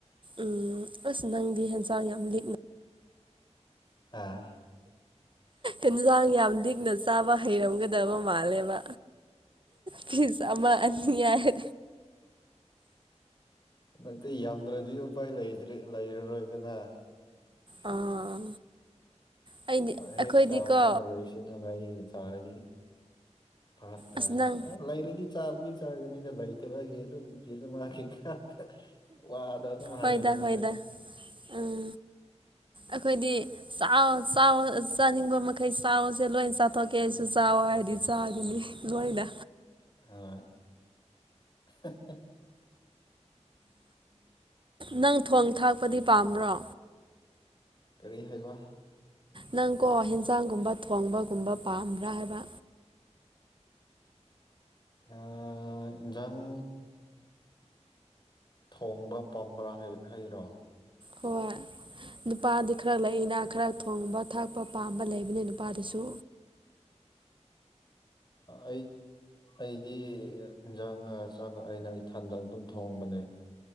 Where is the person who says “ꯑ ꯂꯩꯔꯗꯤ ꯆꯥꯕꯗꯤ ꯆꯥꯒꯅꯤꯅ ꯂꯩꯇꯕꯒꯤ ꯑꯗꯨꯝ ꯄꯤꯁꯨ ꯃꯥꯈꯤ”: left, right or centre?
Left